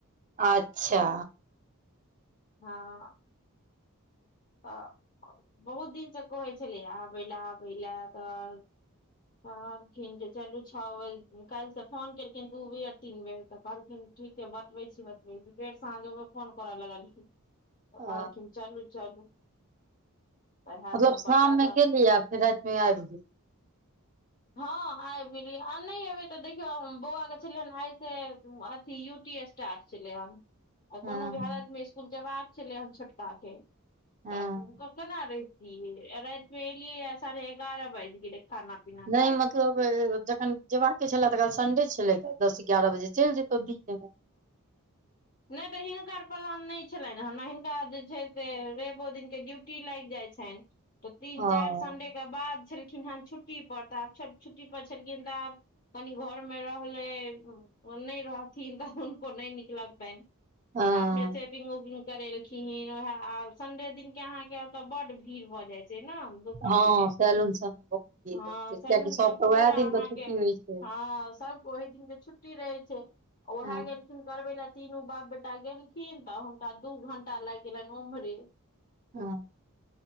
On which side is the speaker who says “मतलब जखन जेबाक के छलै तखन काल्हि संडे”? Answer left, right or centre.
Right